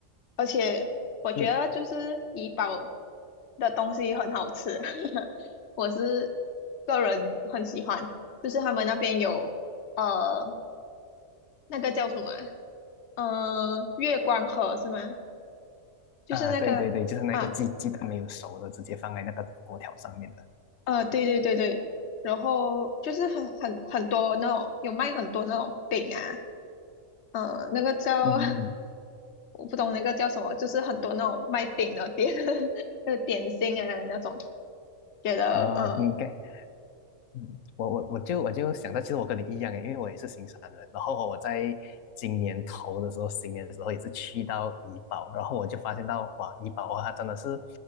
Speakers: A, on the left; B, on the left.
A: 而且我觉得就是怡保
B: 是
A: 的东西很好吃。<laughs> 我是个人很喜欢，就是他们那边有呃那个叫什么啊？呃，月光河是吗？就是那个啊
B: 啊，对对对，就是那个鸡鸡蛋没有熟的，直接放在那个锅条上面的。
A: 呃，对对对对，然后就是很很很多那种有卖很多那种饼啊，呃，那个叫
B: 嗯嗯，
A: <laughs> 我不懂那个叫什么，就是很多那种卖饼的店，<laughs> 那个点心啊那种，觉得嗯
B: 嗯呃，你该嗯，我我我就我就想到，其实我跟你一样诶因为我也是新山人。然后我在今年头的时候，新年的时候也是去到怡保，然后我就发现到哇，怡保啊，它真的是